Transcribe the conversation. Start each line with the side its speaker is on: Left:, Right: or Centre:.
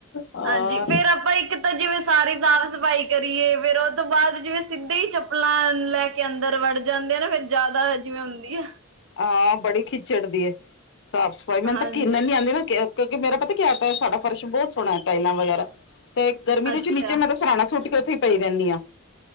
Left: ਹਾਂ
Right: ਹਾਂਜੀ, ਫੇਰ ਆਪਾਂ ਇਕ ਤਾਂ ਜਿਵੇਂ ਸਾਰੀ ਸਾਫ-ਸਫਾਈ ਕਰੀਏ ਫੇਰ ਓਤੋਂ ਬਾਦ ਜਿਵੇਂ ਸਿਧੇ ਈ ਚੱਪਲਾਂ, ਲੈ ਕੇ ਕੇ ਅੰਦਰ ਵੜ ਜਾਂਦੇ ਆ ਨਾ ਫੇਰ ਜਾਦਾ ਜਿਵੇਂ ਹੁੰਦੀ ਆ।
Left: ਹਾਂ, ਬੜੀ ਖੀ ਚੜਦੀ ਏ, ਸਾਫ਼ ਸਫ਼ਾਈ, ਮੇਨੂੰ
Right: ਹਾਂਜੀ
Left: ਤਾਂ ਘਿਣ ਐਨੀ ਆਦੀ ਨਾ ਕੈ ਕਿਉਂਕਿ ਮੇਰਾ ਪਤਾ ਕੇਆ ਆਤਾ ਐ, ਸਾਡਾ ਫਰਸ਼ ਬੋ ਸੋਣਾ ਆਂ ਟਾਈਲਾਂ ਵਗੈਰਾ ਤੇ ਗਰਮੀ ਦੇ
Right: ਅੱਛਾ
Left: ਵੀਚ ਨੀਚੇ ਮੈਂ ਤਾਂ ਸਰਾਣਾ ਸੁੱਟ ਕੇ ਓਥੇ ਈ ਪਈ ਰੈਂਨੀ ਆਂ।